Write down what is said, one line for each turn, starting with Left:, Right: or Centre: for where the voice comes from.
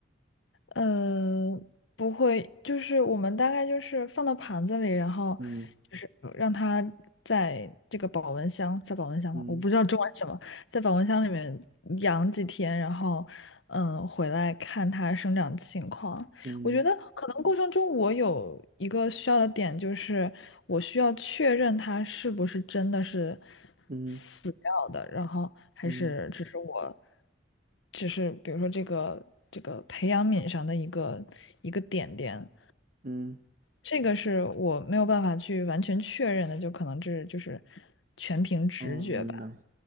Left: 嗯，不会，就是我们大概就是放到盘子里，然后
Right: 嗯
Left: 就是让它在这个保温箱，在保温箱吗？
Right: 嗯
Left: 我不知道中文是什么，在保温箱里面养几天，然后嗯，回来看它生长情况。
Right: 嗯
Left: 我觉得可能过程中我有一个需要的点，就是我需要确认他是不是真的是
Right: 嗯
Left: 死掉的，然后还是只是我，
Right: 嗯
Left: 只是比如说这个这个培养皿上的一个一个点点，
Right: 嗯，
Left: 这个是我没有办法去完全确认的，就可能这就是全凭直觉吧。
Right: 哦，明白。